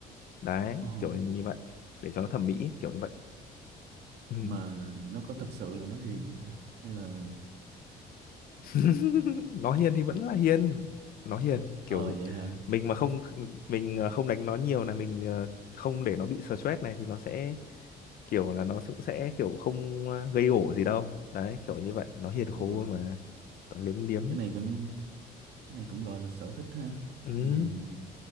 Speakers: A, on the left; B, on the right.
A: đấy
B: Ồ,
A: kiểu như vậy để cho nó thẩm mỹ ấy, kiểu như vậy ừ.
B: mà nó có thật sự là nó hiền không ta? Hay là
A: <laughs> nó hiền thì vẫn là hiền nó hiền kiểu
B: ờ vậy hả?
A: mình mà không mình ờ, không đánh nó nhiều này mình ờ, không để nó bị stress này thì nó sẽ kiểu là nó cũng sẽ kiểu không ờ, gây gổ gì đâu đấy kiểu như vậy nó hiền khô
B: Ờ,
A: mà toàn liếm liếm
B: cái này cũng cái này cũng gọi là sở thích ha.
A: Ừ,
B: Tại vì